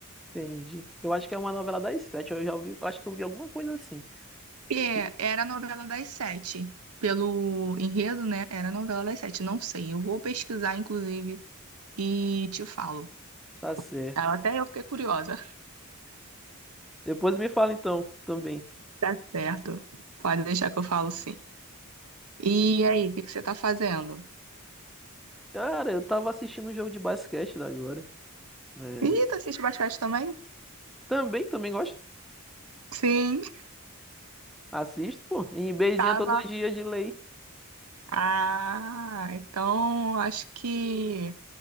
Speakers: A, in the centre; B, on the right.
A: entendi. Eu acho que é uma novela das sete. Eu já vi, eu acho que eu vi alguma coisa assim.
B: é,
A: De-
B: era a novela das sete. Pelo enredo, né? Era a novela das sete. Não sei. Eu vou pesquisar, inclusive, e te falo.
A: Tá certo.
B: Ah, Até eu fiquei curiosa. <laughs>
A: Depois me fala então também.
B: Tá certo. Pode deixar que eu falo sim. E aí, o que que você tá fazendo?
A: Cara, eu tava assistindo um jogo de basquete da agora. É,
B: Ih, tu assiste basquete também?
A: também, também gosto.
B: Sim,
A: Assisto, pô. Em beizinha
B: tava.
A: todo dia de lei.
B: Ah, então acho que.